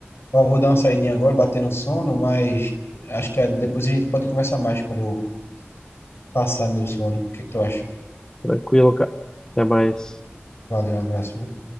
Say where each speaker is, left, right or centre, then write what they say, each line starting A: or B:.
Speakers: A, on the left; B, on the left.
A: Eu vou dar uma saidinha agora, bater no sono, mas acho que ah, depois a gente pode conversar mais quando eu passar meu sono. O que é que tu acha?
B: Tranquilo, cara. Até mais.
A: Valeu, um abraço, viu?